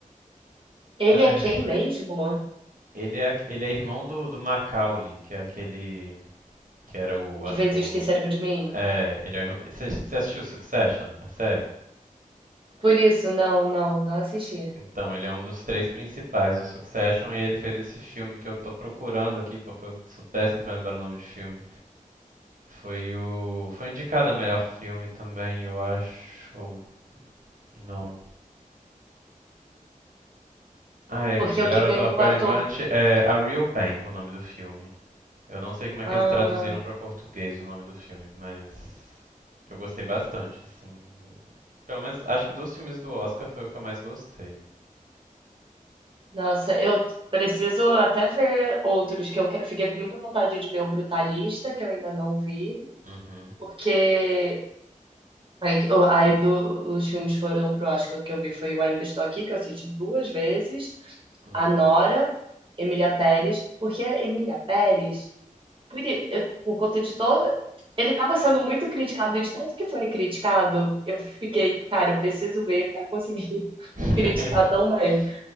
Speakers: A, on the right (about 35°); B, on the right (about 70°).
A: Ele
B: Ai,
A: é quem mesmo
B: ele é ele é irmão do do Macaulay, que é aquele que era o
A: que fez
B: o
A: o Esqueceram de Mim?
B: é, ele é, você você assistiu Succession, a série?
A: Por isso, não, não, não assisti.
B: Então, ele é um dos três principais do Succession e ele fez esse filme que eu tô procurando aqui porque eu sou péssimo pra lembrar o nome de filme. Foi o foi indicado a melhor filme também, eu acho. Ou não. Ah, e aqui,
A: Porque
B: melhor
A: o que
B: ator
A: ganhou
B: coadjuvante
A: o ator.
B: é A Real Pain, o nome do filme. Eu não sei como é
A: Ah,
B: que eles traduziram pra português o nome do filme, mas eu gostei bastante, assim. Pelo menos acho que dos filmes do Oscar foi o que eu mais gostei.
A: Nossa, eu preciso até ver outros que eu que- fiquei com muita vontade de ver o Brutalista, que eu ainda não vi,
B: Uhum.
A: porque aí, que- aí do- os filmes foram pro Oscar o que eu vi foi o Ainda Estou Aqui, que eu assisti duas vezes,
B: Uhum.
A: a Nora, Emília Pérez, porque a Emília Pérez, por, i- eu- por conta de todo. Ele estava sendo muito criticado, e de tanto que foi criticado, eu fiquei, cara, eu preciso ver para conseguir <laughs>
B: <laughs>
A: criticar também.